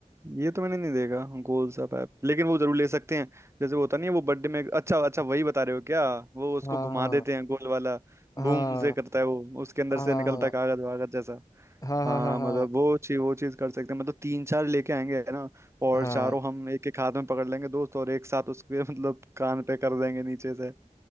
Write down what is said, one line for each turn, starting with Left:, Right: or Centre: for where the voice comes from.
Right: ये तो मैंने नहीं देखा गोल सा पैप लेकिन वो जरूर ले सकते हैं जैसे वो होता नहीं है वो बर्थडे में अच्छा अच्छा वही बता रहे हो क्या वो उसको
Left: हाँ
Right: घुमा देते हैं गोल वाला
Left: हाँ
Right: बूम से करता है वो उसके अंदर
Left: हाँ
Right: से निकलता है कागज वागज जैसा
Left: हाँ हाँ
Right: हाँ
Left: हाँ हाँ
Right: मतलब
Left: हाँ हाँ
Right: वो चीज वो चीज कर सकते हैं मतलब तीन चार लेके आएंगे ना और
Left: हाँ
Right: चारों हम एक एक हाथ में पकड़ लेंगे दोस्त और एक साथ उसके <laughs> मतलब कान पे कर देंगे नीचे से